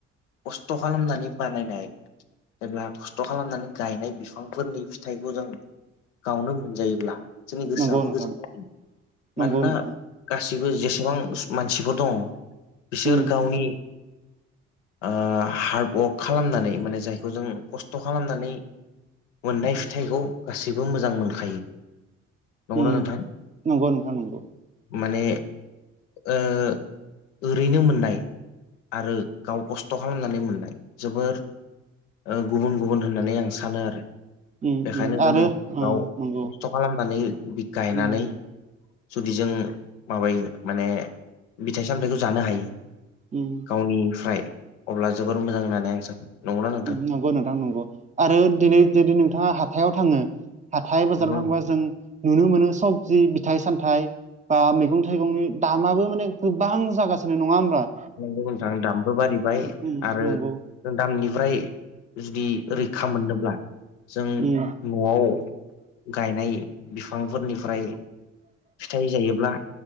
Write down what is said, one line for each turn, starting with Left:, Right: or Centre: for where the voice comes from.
Left: खस्थ' खालामनानै बानायनाय जेब्ला खस्थ' खालामनानै गायनाय बिफांफोरनि फिथाइखौ जों गावनो मोनजायोब्ला जोंनि गोसोआबो
Right: नंगौ नोंथां
Left: गोजोननाय <inaudible>
Right: नंगौ
Left: मानोना
Right: नोंथां
Left: गासिबो जेसेबां मानसिफोर दङ बिसोर
Right: उम
Left: गावनि ओ हार्डवार्क खालामनानै माने जायखौ जों खस्थ' खालामनानै मोननाय फिथाइखौ गासैबो मोजां मोनखायो नंगौना
Right: उम
Left: नोंथां
Right: नंगौ नोंथां नंगौ।
Left: माने ओ ओरैनो मोननाय आरो गाव खस्थ' खालामनानै मोननाय जोबोर ओ गुबुन गुबुन होननानै आं सानो आरो
Right: उम
Left: बेखायनो
Right: उम
Left: जों
Right: आरो ओ
Left: गाव
Right: नंगौ
Left: खस्थ' खालामनानै बि गायनानै
Right: उम
Left: जुदि जों माबायो माने फथाइ सामथायाइखौ जानो हायो
Right: उम
Left: गावनिफ्राय अब्ला जोबोर मोजां होननानै आं सानो। नंगौना नोंथां
Right: नंगौ नोंथां नंगौ आरो दिनै जुदि नोंथाङा हाथायाव थाङो हाथाय बाजाराव
Left: नंगौ
Right: थांबा जों नुनो मोनो सबजि बिथाइ सामथाइ बा मै गं थाइगंनि दामाबो माने गोबां जागासिनो नङा होमबा?
Left: नंगौ नोंथां दामबो बारिबाय
Right: उम
Left: आरो
Right: नंगौ
Left: जों दामनिफ्राय जुदि रैखा मोनोब्ला जों
Right: उम
Left: न'आव गायनाय बिफांफोरनिफ्राय फिथाइ जायोब्ला